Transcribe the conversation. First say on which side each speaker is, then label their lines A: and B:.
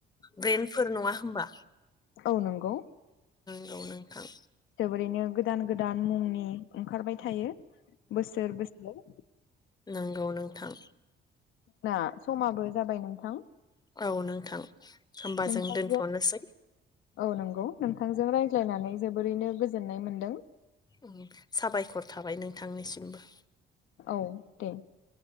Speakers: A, on the left (about 20°); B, on the left (about 80°).
A: ब्रेन्डफोर नङा होमबा
B: औ नंगौ।
A: नंगौ नोंथां
B: जोबोरैनो गोदान गोदान मुंनि ओंखारबाय थायो। बोसोर बोसोर।
A: नोंगौ नोंथां।
B: जोंना समाबो जाबाय नोंथां।
A: औ नोंथां होमबा
B: नोंथांजों
A: जों दोनथ'नोसै।
B: औ नंगौ नोंथांजों रायज्लायनानै जोबोरैनो गोजोननाय मोन्दों।
A: ओम साबायखर थाबाय नोंथांनिसिमबो।
B: औ दे।